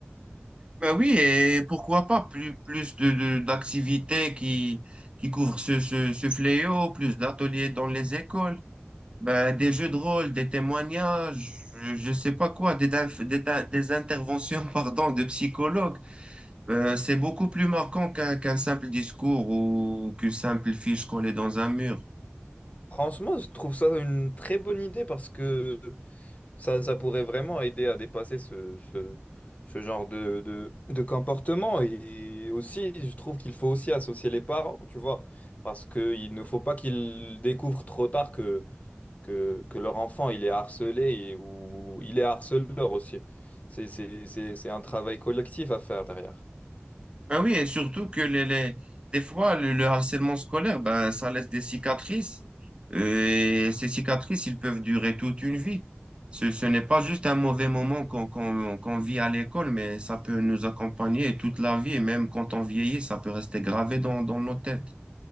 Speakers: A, on the right (about 25°); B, on the left (about 35°).
A: Ben oui, et pourquoi pas plus, plus de, de- d'activités qui, qui couvrent ce, ce, ce fléau, plus d'ateliers dans les écoles, ben, des jeux de rôle, des témoignages, je ne sais pas quoi, des, daf- des, ta- des interventions <laughs> pardon, de psychologues. Euh, c'est beaucoup plus marquant qu'un qu'un simple discours ou qu'une simple fiche collée dans un mur.
B: Franchement, je trouve ça une très bonne idée parce que Ça, ça pourrait vraiment aider à dépasser ce, ce, ce genre de, de, de comportement. Et aussi, je trouve qu'il faut aussi associer les parents, tu vois, parce qu'il ne faut pas qu'ils découvrent trop tard que, que, que leur enfant, il est harcelé et- ou il est harceleur aussi. C'est, c'est, c'est, c'est un travail collectif à faire derrière.
A: Ben oui, et surtout que les, les- des fois, le, le harcèlement scolaire, ben, ça laisse des cicatrices. Euh, Et ces cicatrices, ils peuvent durer toute une vie. Ce, ce n'est pas juste un mauvais moment qu'on qu'on, qu'on vit à l'école, mais ça peut nous accompagner toute la vie. Et même quand on vieillit, ça peut rester gravé dans, dans nos têtes.